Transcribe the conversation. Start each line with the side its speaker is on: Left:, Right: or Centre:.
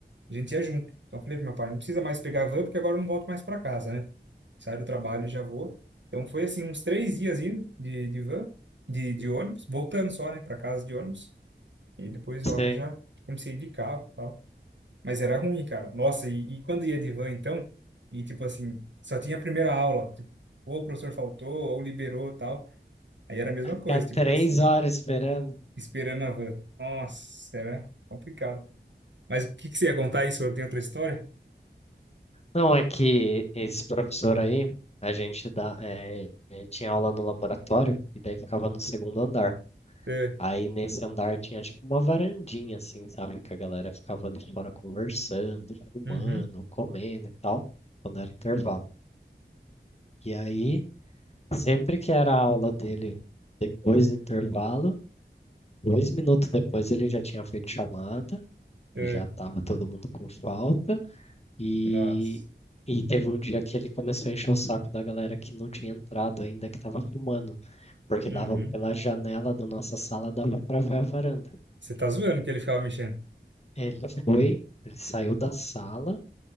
Right: A gente ia junto. Então eu falei pro meu pai, não precisa mais pegar a van, porque agora eu não volto mais para casa, né? Saio do trabalho e já vou. Então foi assim, uns três dias indo de, de van, de, de ônibus, voltando só, né, para casa de ônibus. E depois logo
Left: Você
Right: já comecei de carro e tal. Mas era ruim, cara. Nossa, e, e quando ia de van, então, e tipo assim, só tinha a primeira aula. Tipo, ou o professor faltou, ou liberou e tal. Aí era a mesma
Left: ficar
Right: coisa, tipo
Left: três
Right: assim,
Left: horas esperando.
Right: esperando a van. Nossa, era complicado. Mas o que que você ia contar isso? Eu tenho outra história?
Left: Não é que esse professor aí, a gente dá, é, é, tinha aula no laboratório e daí ficava no segundo andar.
Right: É.
Left: Aí nesse andar tinha tipo uma varandinha, assim, sabe? Que a galera ficava ali fora conversando, fumando,
Right: Uhum.
Left: comendo e tal, quando era intervalo. E aí, sempre que era a aula dele depois do intervalo, dois minutos depois ele já tinha feito chamada,
Right: É.
Left: e já tava todo mundo com falta. E,
Right: Nossa.
Left: e teve um dia que ele começou a encher o saco da galera que não tinha entrado ainda, que tava fumando, porque
Right: Uhum.
Left: dava pela janela da nossa sala, dava pra ver a varanda.
Right: Você tá zoando que ele ficava mexendo?
Left: Ele foi, ele saiu da sala,